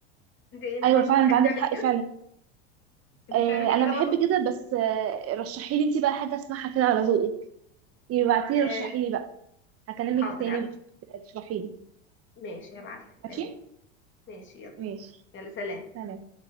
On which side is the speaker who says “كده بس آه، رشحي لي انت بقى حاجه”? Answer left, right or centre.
Right